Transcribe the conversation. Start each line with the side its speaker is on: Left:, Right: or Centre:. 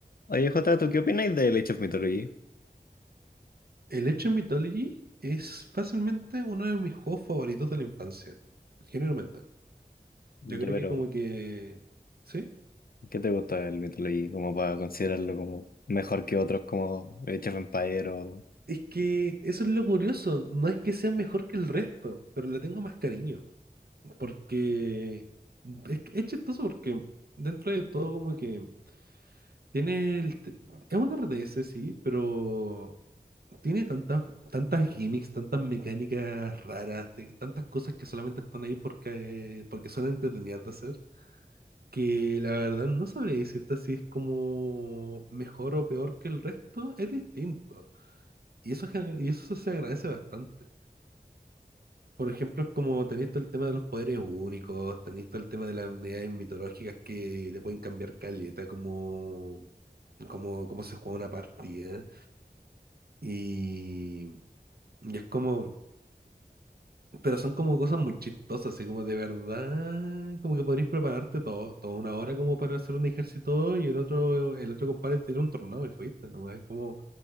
Left: Oye, Jota, ¿tú qué opináis del Age of Mythology?
Right: El Age of Mythology es fácilmente uno de mis juegos favoritos de la infancia, generalmente.
Left: Ya,
Right: Yo creo
Left: pero,
Right: que como que... ¿Sí?
Left: ¿qué te gusta el Mythology? Como para considerarlo como mejor que otros como Age of Empire o...
Right: Es que eso es lo curioso, no es que sea mejor que el resto, pero le tengo más cariño, porque es, que- es chistoso porque dentro de todo como que tiene el... te- Es un RTS, sí, pero tiene tantas, tantas gimmicks, tantas mecánicas raras, te- tantas cosas que solamente están ahí porque, porque son entretenidas de hacer que la verdad no sabría decirte si es como mejor o peor que el resto, es distinto. Y eso, gen- y eso se agradece bastante. Por ejemplo, es como tenéis todo el tema de los poderes únicos, tenéis todo el tema de las unidades mitológicas que te pueden cambiar caleta, como, como, como se juega una partida. Y, y es como, Pero son como cosas muy chistosas, así como de verdad, como que podrías prepararte todo, toda una hora como para hacer un ejército y el otro, el otro compadre tiene un tornado y fuiste, nomás es como,